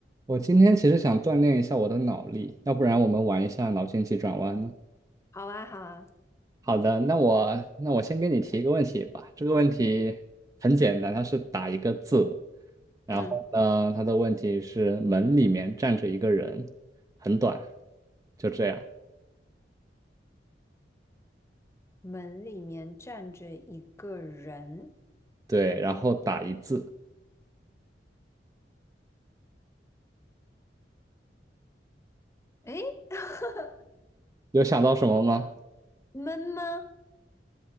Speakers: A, on the right; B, on the left.
A: 我今天其实想锻炼一下我的脑力，要不然我们玩一下脑筋急转弯呢？
B: 好啊，好啊。
A: 好的，那我那我先给你提一个问题吧。这个问题很简单，它是打一个字，然后呢，
B: 嗯，
A: 它的问题是门里面站着一个人，很短，就这样。
B: 门里面站着一个人，
A: 对，然后打一字，
B: 诶，<laughs>
A: 有想到什么吗？
B: 闷吗？